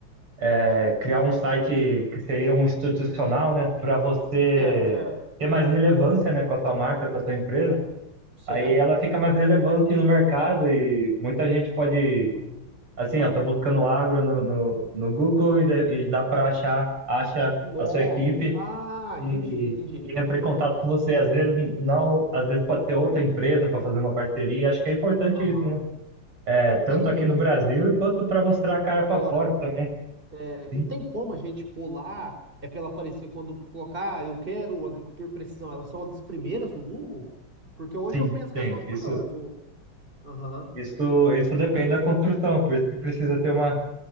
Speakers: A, on the right; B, on the right.
A: é, criar um site que seria um institucional, né? Para você
B: certo, certo,
A: ter mais relevância, né, com a sua marca, com a sua empresa.
B: certo.
A: Aí ela fica mais relevante no mercado e muita gente pode,
B: Uhum.
A: assim, ó, tô buscando agro no, no, no Google e, dá- e dá para achar, acha
B: Nó.
A: a sua equipe
B: Ah,
A: e,
B: entendi, entendi,
A: e entra em contato
B: entendi.
A: com você. Às vezes não, às vezes pode ser outra empresa para fazer uma parceria. Acho que é importante
B: Aham.
A: isso, né? É,
B: É,
A: tanto
B: e tem
A: aqui no Brasil quanto para mostrar a cara para
B: hora.
A: fora também.
B: É,
A: Sim,
B: E tem como a gente pular, é pra ela aparecer quando colocar, "Ah, eu quero agricultura e precisão. Elas são uma das primeiras no Google? Porque hoje
A: sim,
B: eu penso
A: tem.
B: que é só as
A: Isso,
B: maiores. ou- Aham,
A: isso, isso depende da construção, por isso que precisa ter uma,